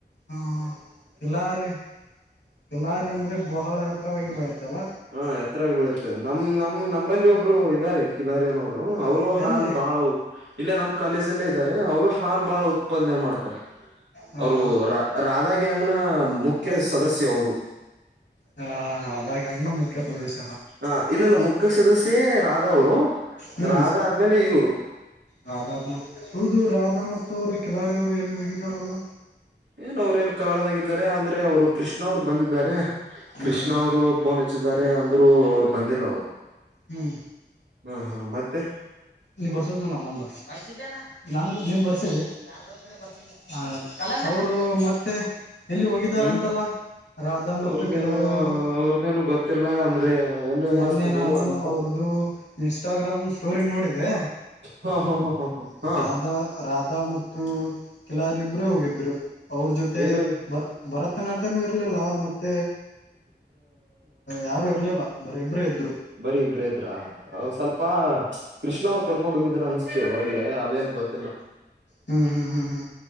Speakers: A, on the left; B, on the right.
A: ಹಾ ಕಿಲಾರಿ ಕಿಲಾರಿ ಅಂದ್ರೆ ಬಹಳ ಹೆತ್ರರವಾಗಿ ಬಳೆಯತಲ್ಲ.
B: ಹಾ ಎತ್ತರಗ್ ಬೆಳುತ್ತೆ ನಮ್ ನಮ್ ನಂಬಲ್ಲಿ ಒಬ್ರು ಇದ್ದಾರೆ. ಕಿಲಾರಿ ಅನೋರು ಅವ್ರು ಹಾಲ್
A: ಎಲ್ಲಿ
B: ಬಾಳ್ ಹ ಇಲ್ಲೇ ನಮ್ ಕಾಲೇಜ್ ಅಲ್ಲೇ ಇದ್ದಾರೆ ಅವ್ರು ಹಾಲ್ ಬಾಳ್ ಉತ್ ಪ್ಪಂದೆ ಮಾಡ್ತಾರೆ
A: ಹಾ
B: ಅವ್ರು
A: ಹಾ
B: ರಾದ್ ರಾಧಾಗಂಗ್ನ ಮುಖ್ ಕ್ಯ ಸದಸ್ಯ ಅವ್ರು.
A: ಹ ಹಾಗ್ಯಗ್ ಮುಖ್ಯ ಪ್ರದೇಶ.
B: ಹಾ ಇಲ್ಲಲ್ಲ ಮುಕ್ಕ ಸದಸ್ಯೆ ರಾಧಾ ಅವ್ರು
A: ಹ್ಮ್
B: ರಾಧಾ ಆದ್ಮೇಲೆ ಇವ್ರು.
A: ರಾಧಾತ್ಮ ಹೌದು ರಾಧಾ ಮತ್ತು ಅವ್ರು ಕಿಲಾರಿ ಅವ್ರು ಎಲ್ಲಿ ಹೋಗಿದ್ದಾರಲ್ಲ.
B: ಏನ್ ಅವ್ರ ಏನ್ ಕಾಳಲಾಗಿದ್ದಾರೆ ಅಂದ್ರೆ ಅವ್ರು ಕೃಷ್ಣ ಅವ್ರು ಬಂದಿದ್ದಾರೆ
A: ಹ್ಮ್
B: ಕೃಷ್ಣ
A: ಹ್ಮ್
B: ಅವ್ರು ಪೋನ್ ಏತ್ ಸಿದ್ದಾರೆ ಅಂದ್ರು ಅವ್ರು ಬಂದಿಲ್ಲ ಅವ್ರು.
A: ಹ್ಮ್
B: ಹ್ಮ ಹಾ ಮತ್ತೆ
A: ನೀ ಬರ್ಷತ್ನನ್ಯ ನಂದೊಂದ. ಬರ್ಸಿದ್ದೇನಾ ನ ನಂದು ನೀಂ ಬರ್ಸಿದ್ದೀ ಬರೆದೊರ್ ಕಡೆ ಬರ್ಸಿದೆ. ಹ ಅವ್ರು ಮತ್ತೆ. ಎಲ್ಲಿ ಹೋಗಿದಾರಂತಲ್ಲ
B: ಹ್ಮ್
A: ರಾಧಾ
B: ಅವ್ರದೇನು
A: ಮತ್ತು ಕಿಲಾರಿ ಅವ್ರು.
B: ಅವ್ರದೇನು ಗೊತ್ತಿಲ್ಲ ಅಂದ್ರೆ ಎಲ್ಲಿಗಿರತ್
A: ಮೊನ್ನೆ
B: ನನಗೂ
A: ನಾನು
B: ಅಂತ
A: ಅವ್ರ್ದು ಇನ್ಸ್ಟಾಗ್ರಾಮ್ ಸ್ಟೋರಿ ನೋಡಿದೆ.
B: ಹಾ ಹಾ ಹಾ ಹಾ ಹಾ ಹಾ
A: ರಾಧಾ ರಾಧಾ ಮತ್ತು ಕಿಲಾರಿ ಇಬ್ಬರೇ ಹೋಗಿದ್ರು. ಅವ್ರ ಜೊತೆ
B: ಎಲ್ಲಿ
A: ಬರ್ ಭರತನಾಟ್ಯನು ಇರ್ಲಿಲ್ಲ ಮತ್ ತ್ತೆ ಯಾರು ಡ ಇರ್ಲಿಲ್ಲ ಬರಿ ಅವ್ರ್ ಇಬ್ಬರೇ ಇದ್
B: ಬರಿ ಇಬ್ರೇದ್ರ ಅವ್ ಸ್ವಲ್ಪ ಕೃಷ್ಣ ಅವ್ರ ಕರ್ಕೊಂಡ್ ಹೋಗಿದ್ರ ಅನ್ಸ್ತೇ ಹೊರ್ಗೆ ಅದೇನ್ ಗೊತ್
A: ಹ್ಮ್ ಹ್ಮ್ ಹ್ಮ್ ಹ್ಮ್